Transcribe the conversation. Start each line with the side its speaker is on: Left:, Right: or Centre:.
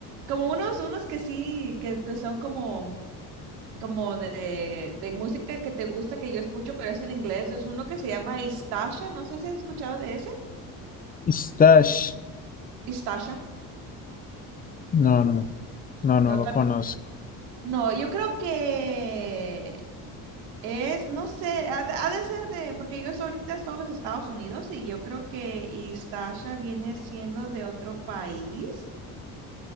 Right: Como unos, unos que sí, que, que son como, como de, de música que te gusta, que yo escucho, pero es en inglés. Es uno que se llama Istasha. No sé si has escuchado de ese.
Left: Stash.
Right: Istasha.
Left: No, no, no, no
Right: No,
Left: lo
Right: tan,
Left: conozco.
Right: no, yo creo que es, no sé, ha, de ha de ser de, porque yo so- ahorita estoy en los Estados Unidos y yo creo que Istasha viene siendo de otro país.